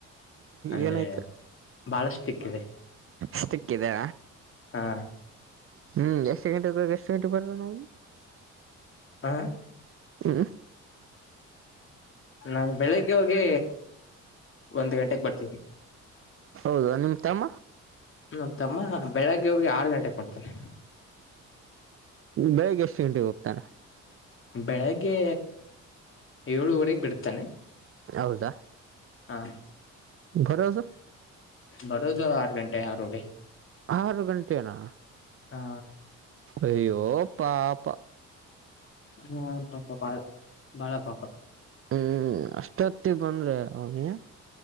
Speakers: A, on the left (about 45°); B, on the right (about 45°).
A: ಅಂದ್ರೆ
B: ಏನಾಯ್ತ
A: ಬಹಳಷ್ಟು ಸಿಕ್ಕಿದೆ
B: ಸ್ಟಿಕಿದೆ.
A: ಹಾ.
B: ಹ್ಮ್ ಎಷ್ಟ್ ಗಂಟೆೆಗೊಗ್ ಎಷ್ಟ್ ಗಂಟೆಗ್ ಬರೋನಣ ಅವ್ನು.
A: ಹಾ.
B: ಹ್ಮ್.
A: ನಾನ್ ಬೆಳಿಗ್ಗೆ ಹೋಗಿ ಒಂದ್ ಗಂಟೆಗ್ ಬರ್ತೀನಿ.
B: ಹೌದ ನಿಮ್ ತಮ್ಮ.
A: ನಮ್ ತಮ್ಮ ಬೆಳಿಗ್ಗೆ ಹೋಗಿ ಆರ್ ಗಂಟೆಗ್ ಬರ್ತಾನೆ.
B: ಬೆಳಿಗ್ಗೆ ಎಷ್ಟ್ ಗಂಟೆಗ್ ಹೋಗ್ತಾನೆ.
A: ಬೆಳಿಗ್ಗೆ ಏಳುವರಿಗ್ ಬಿಡ್ತಾನೆ.
B: ಹೌದಾ.
A: ಹಾ.
B: ಬರೋದು.
A: ಬರೋದು ಆರ್ಗಂಟೆ ಆರೂವರಿ.
B: ಆರು ಗಂಟೆನಾ.
A: ಹಾ.
B: ಅಯ್ಯೋ ಪಾಪಾ.
A: ಹಾ ಪಾಪ ಬಾಳ ಬಾಳ ಪಾಪ.
B: ಹ್ಮ್ ಅಷ್ಟೊತ್ತಿಗ್ ಬಂದ್ರೆ ಅವ್ನಿ.